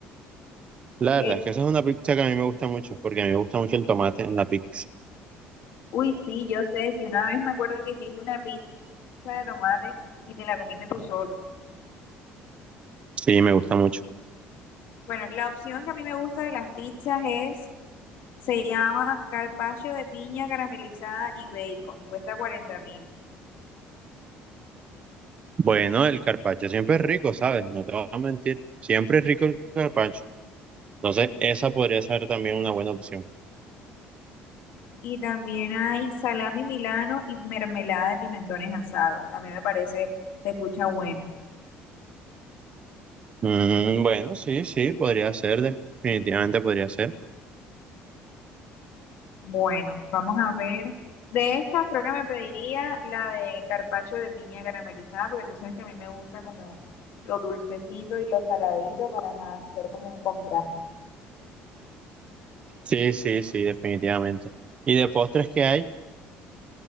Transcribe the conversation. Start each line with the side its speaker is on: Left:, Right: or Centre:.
Right: La verdad
Left: Eh,
Right: es que esa es una pizza que a mí me gusta mucho, porque a mí me gusta mucho el tomate en la pizza.
Left: uy, sí, yo sé, si una vez me acuerdo que hiciste una pizza de tomate y te la comiste tú solo.
Right: Sí, me gusta mucho.
Left: Bueno, la opción que a mí me gusta de las pizzas es Se llama carpaccio de piña caramelizada y bacon, cuesta cuarenta mil.
Right: Bueno, el carpaccio siempre es rico, ¿sabes? No te voy a mentir, siempre es rico el carpaccio. Entonces, esa podría ser también una buena opción.
Left: Y también hay salami milano y mermelada de pimentones asados. También me parece, se escucha buena.
Right: Mm, bueno, sí, sí, podría ser, definitivamente podría ser.
Left: Bueno, vamos a ver. De estas creo que me pediría la de carpaccio de piña caramelizada, porque tú sabes que a mí me gusta como lo dulcecito y lo saladito para ajá, hacer como un contraste.
Right: Sí, sí, sí, definitivamente. ¿Y de postres qué hay?